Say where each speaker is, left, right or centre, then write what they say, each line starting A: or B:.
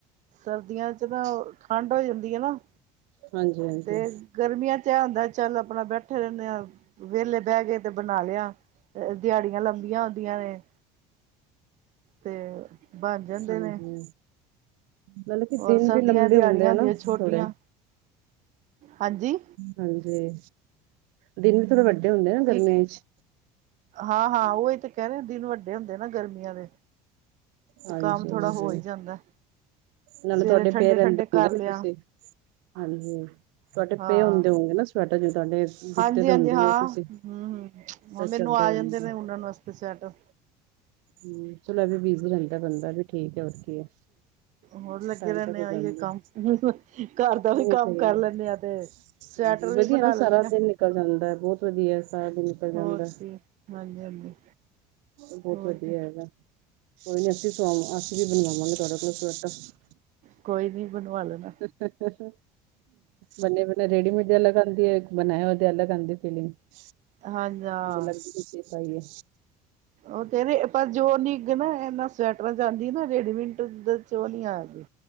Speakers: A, on the right; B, on the right.
A: ਸਰਦੀਆਂ 'ਚ ਨਾ ਠੰਡ ਹੋ ਜਾਂਦੀ ਹੈ ਨਾ।
B: ਹਾਂਜੀ-ਹਾਂਜੀ
A: ਤੇ ਗਰਮੀਆਂ 'ਚ ਇਹ ਹੁੰਦਾ ਚੱਲ ਆਪਣਾ ਬੈਠੇ ਰਹਿੰਣੇ ਆਂ। ਵੇਹਲੇ ਬਹਿ ਗਏ ਤੇ ਬਣਾ ਲਿਆ ਦਿਹਾੜੀਆਂ ਲੰਬੀਆਂ ਹੁੰਦੀਆਂ ਨੇ। ਤੇ ਬਣ ਜਾਂਦੇ
B: ਹਾਂਜੀ
A: ਨੇ।
B: ਮਤਲਬ ਕਿ
A: ਔਰ
B: ਦਿਨ
A: ਸਰਦੀਆਂ
B: ਵੀ ਲੰਬੇ
A: ਦਿਹਾੜੀਆਂ
B: ਹੁੰਦੇ ਆ
A: ਹੁੰਦੀਆਂ
B: ਨਾ
A: ਛੋਟੀਆਂ
B: ਥੋੜੇ
A: ਹਾਂਜੀ
B: ਹਾਂਜੀ ਦਿਨ ਵੀ ਥੋੜੇ ਵੱਡੇ ਹੁੰਦੇ ਆ ਨਾ ਗਰਮੀਆਂ
A: ਕੀ
B: 'ਚ
A: ਹਾਂ-ਹਾਂ ਉਹੀ ਤੇ ਕਹਿ ਰਹੇ ਦਿਨ ਵੱਡੇ ਹੁੰਦੇ ਨਾ ਗਰਮੀਆਂ ਦੇ ਤੇ
B: ਹਾਂਜੀ
A: ਕੰਮ ਥੋੜਾ
B: ਹਾਂਜੀ
A: ਹੋ ਹੀ ਜਾਂਦਾ।
B: ਨਾਲੇ
A: ਸਵੇਰੇ
B: ਤੁਹਾਡੇ
A: ਠੰਡੇ-ਠੰਡੇ
B: ਪਏ ਰਹਿੰਦੇ
A: ਕਰ
B: ਹੋਣ ਗਏ
A: ਲਿਆ
B: ਨਾ ਤੁਸੀਂ ਹਾਂਜੀ ਤੁਹਾਡੇ
A: ਹਾਂ।
B: ਪੇ ਹੁੰਦੇ ਹੋਊਗੇ ਨਾ ਸਵੈਟਰ ਜੀ ਤੁਹਾਡੇ ਦਿੱਤੇ
A: ਹਾਂਜੀ-ਹਾਂਜੀ
B: ਦੇ ਹੁੰਦੇ
A: ਹਾਂ
B: ਉਹ ਤੁਸੀਂ
A: ਹੂੰ <inaudible> ਹੁਣ
B: ਫਿਰ ਚੱਲਦੇ
A: ਮੈਨੂੰ ਆ
B: ਰਹਿੰਦੇ
A: ਜਾਂਦੇ ਨੇ ਉਣਣ ਵਾਸਤੇ ਸਵੈਟਰ
B: ਹੂੰ ਚਲ ਏ ਵੀ ਬੀਜ ਵੀ ਜਾਂਦਾ ਬੰਦਾ ਵੀ ਠੀਕ ਹੈ ਹੋਰ ਕੀ ਹੈ
A: ਹੋਰ ਲੱਗੇ
B: ਟਾਈਮ
A: ਰਹਿੰਦੇ
B: ਤੇ ਹੋ
A: ਆ
B: ਜਾਂਦਾ।
A: ਇਹੀਓ <inaudible> ਘਰ ਦਾ ਵੀ
B: ਨਹੀਂ
A: ਕੰਮ
B: ਸਹੀ
A: ਕਰ
B: ਹੈ।
A: ਲੈਂਣੇ ਆ ਤੇ
B: ਹਾਂਜੀ
A: ਸਵੈਟਰ
B: ਵਧੀਆ
A: ਵੀ ਬਣਾ
B: ਨਾ
A: ਲੈਂਣੇ
B: ਸਾਰਾ
A: ਹਾਂ।
B: ਦਿਨ ਨਿਕਲ ਜਾਂਦਾ ਹੈ ਬਹੁਤ ਵਧੀਆ ਸਾਰਾ ਦਿਨ ਜਾਂਦਾ
A: ਹੋਰ ਕੀ ਹਾਂਜੀ-ਹਾਂਜੀ।
B: ਬਹੁਤ
A: ਹੋਰ
B: ਵਧੀਆ
A: ਕੀ
B: ਹੈਗਾ ਕੋਈ ਨੀ ਅਸੀਂ ਸਵਾ ਅਸੀਂ ਵੀ ਬਣਵਾਵਾਂਗੇ ਤੁਹਾਡੇ ਕੋਲ ਸਵੈਟਰ
A: ਕੋਈ ਨੀ ਬਣਵਾ ਲੈਣਾ।
B: <inaudible> ਬਨੇ ਬ ਰੇਡੀਮੇਡ ਅਲੱਗ ਆਂਦੀ ਹੈ ਬਣਾਇਆ ਉਹਦੇ ਅਲੱਗ ਆਉਂਦੀ ਫੀਲਿੰਗ <inaudible>
A: ਹਾਂਜੀ ਹਾਂ।
B: ਸਹੀ ਹੈ।
A: ਉਹ ਤੇ ਪਰ ਜੋ ਨਿੱਘ ਇਹਨਾ ਸਵੈਟਰਾਂ 'ਚ ਆਂਦੀ ਨਾ ਰੇਡੀਮਿੰਟ 'ਚ ਉਹ ਨੀ ਆ ਰਹੀ।